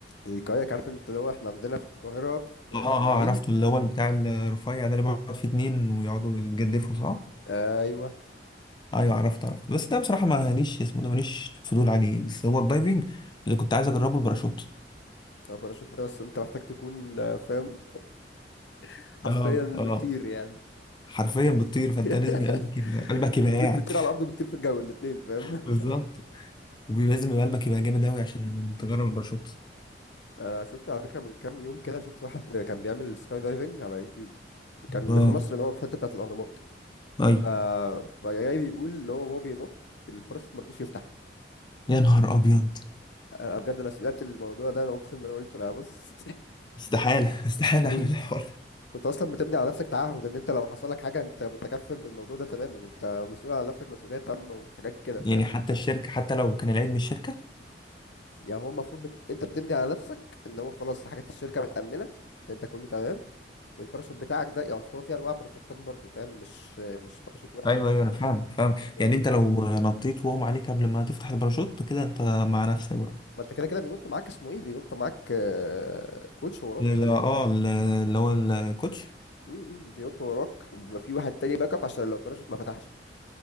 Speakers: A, on the left (about 75°); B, on the left (about 25°).
A: الكاياك عارف أنت لو إحنا عندنا في القاهرة في,
B: اه
A: في
B: اه
A: النيل
B: عرفته اللي هو بتاع الرفيع ده اللي بيقعد فيه اتنين ويقعدوا يتجدفوا صح
A: أيوه
B: ايوه عرفت عرفت بس ده بصراحه ما ليش اسمه ده ماليش فضول عليه بس هو الدايفنج اللي كنت عايز اجربه الباراشوت
A: أو باراشوت ده، بس أنت محتاج تكون آه، فاهم <laughs> حرفيا
B: اه اه
A: بتطير يعني
B: حرفيا بتطير فانت
A: <laughs> بت-
B: لازم قلبك يبقى قلبك يبقى
A: بت-
B: قاعد
A: بتطير على الأرض وبتطير في الجو الاتنين فاهم
B: <laughs> بالظبط ولازم يبقى قلبك يبقى جامد قوي عشان تجرب الباراشوت
A: انا شفت على فكره من كام يوم كده شفت واحد كان بيعمل سكاي دايفنج على يوتيوب كان
B: اه
A: في مصر اللي هو في الحته بتاعه الاهرامات
B: ايوه
A: ف فجاي بيقول ان هو وهو بينط الباراشوت ما رضيش يفتح
B: يا نهار ابيض
A: انا بجد انا سمعت الموضوع ده انا اقسم بالله قلت انا بص
B: استحالة
A: <laughs>
B: <laughs> استحالة
A: مستحيل
B: أعمل الحوار
A: انت اصلا بتمضي على نفسك تعهد ان انت لو حصل لك حاجه انت متكفل بالموضوع ده تماما انت مسؤول على نفسك مسؤوليه تامه وحاجات كده
B: ده
A: فاهم
B: يعني حتى الشركة حتى لو كان العيب من الشركة
A: يعني هو المفروض بت... انت بتمضي على نفسك ان هو خلاص حاجات الشركه متامنه انت كله تمام والباراشوت بتاعك ده يعني أصل هو فيه انواع باراشوتات برضو فاهم مش مش باراشوت واحد
B: أيوه أيوه أنا فاهم فاهم
A: يعني
B: يعني
A: في
B: أنت لو نطيت وهم عليك قبل ما تفتح الباراشوت كده أنت مع نفسك بقى
A: ما انت كده كده بينط معاك اسمه ايه بينط معاك آه، كوتش وراك
B: لا اه ال- اللي هو الكوتش
A: م- م، بينط وراك وبيبقى في واحد تاني باك اب عشان لو الباراشوت ما فتحش